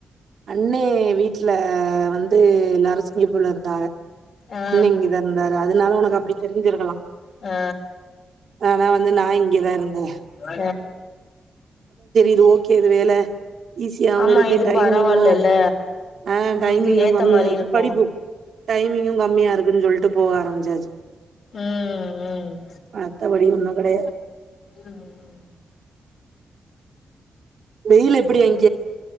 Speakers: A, on the right; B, on the left.
A: அண்ணே வீட்டுல வந்து எல்லா வந்து சிங்கப்பூர்ல இருந்தாங்க
B: ஆ
A: அண்ண இங்கே தா இருந்தாரு அதனால உனக்கு அப்டி தெரி்சிருக்கலாம்
B: ஆ
A: ஆனா வந்து நா இங்கதா இருந்த
B: ஆ
A: இது ஓகே இது வேல ஈஸியாவும்
B: ஆமா
A: இருக்கு
B: இது
A: டைமிங்கும்
B: பரவாயில்லல்ல
A: ஆ
B: உங்களுக்கு
A: டைமிங்கும்
B: ஏத்த
A: கம்மியா
B: மாரி
A: இருக்கு
B: இருக்கும்
A: படிப்பும் டைமிங்கும் கம்மியா இருக்குன்னு சொல்ட்டு போக ஆரம்ச்சாச்சு
B: ம் ம்
A: மத்த படி ஒண்ணு கெடையாது
B: ம் ம்
A: வெயில் எப்டி அங்